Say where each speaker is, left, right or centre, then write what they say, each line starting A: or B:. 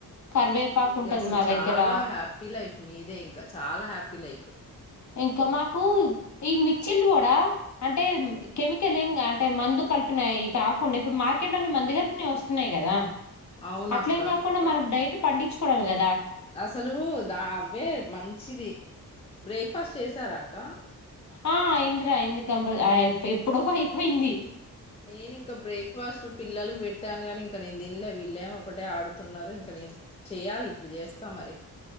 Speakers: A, on the left (about 45°); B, on the left (about 15°).
A: కరివేపాకు
B: వెరీ
A: ఉంటది
B: అసలు
A: మా
B: చాలా
A: దగ్గర
B: హ్యాపీ లైఫ్ మీదే ఇంకా చాలా హ్యాపీ లైఫ్
A: ఇంకా మాకు ఈ మిర్చిలు కూడా, అంటే కెమికల్ ఏం అంటే మందు కలిపినాయి కాకుండా, ఇప్పుడు మార్కెట్ లోన్న మందు కలిపినవి వస్తున్నాయి కదా
B: అవున
A: అట్లేం
B: అక్క
A: కాకుండా మనం డైట్ పండించుకోడమే కదా
B: అసలు దా అవే మంచిది బ్రేక్ఫాస్ట్ చేసార అక్క
A: ఆ అయిందిరా అయింది కంపల్ ఎప్పుడో అయిపోయింది
B: నేను ఇంకా బ్రేక్ఫాస్ట్ పిల్లలకి పెట్టాను కాని ఇంక నేను తిన్లే, వీళ్ళేం ఒకటే ఆడుతున్నారు ఇంక నేను చెయ్యాలి ఇప్పుడు చేస్తా మరి